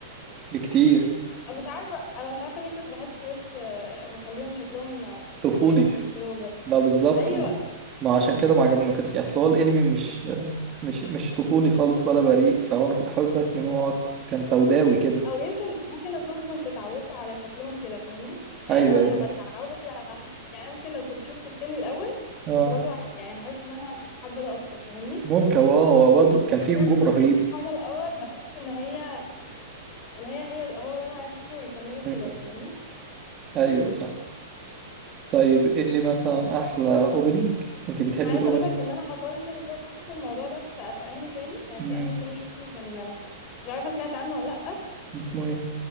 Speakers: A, on the right; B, on the left.
A: بكتير
B: أنا مش عارفة أنا مش عارفة ليه كنت بحس ويت آه، مخليهم شكلهم
A: طفولي
B: انوسنت كده وباهي
A: ما بالظبط
B: أيوة
A: ما ما عشان كده ما عجبني ما كانتش اصل هو الانمي مش مش مش طفولي خالص ولا بريء فهو انا كنت حابب رسم هو اكتر كان سوداوي كده
B: أو يمكن ممكن أكون كنت اتعودت على شكلهم كده فاهمني يعني
A: ايوه
B: أنا
A: ايوه
B: لما بتعود على حاجة يعني أنا ممكن لو كنت شفت التاني الأول
A: اه
B: كنت برضه هح... يعني هحس إن أنا حابة ده أكتر فاهمني
A: ممكن واو برضه كان
B: بس
A: فيه
B: أنا
A: هجوم
B: لما
A: رهيب
B: بشوف حاجة الأول بحس إن هي إن هي هي هو ده أنا عايز أشوفه يكمله
A: م-
B: كده
A: م.
B: فاهمني
A: ايوه صح طيب
B: بس
A: ايه اللي مثلا احلى اوبننج انت بتحبي
B: أنا عايزة
A: الاوبننج
B: أقول لك إن أنا حصل لي نفس الموضوع ده في, في أنمي تاني يعني
A: م.
B: في أنمي تاني شفته كان مش عارفة سمعت عنه ولا لأ
A: اسمه ايه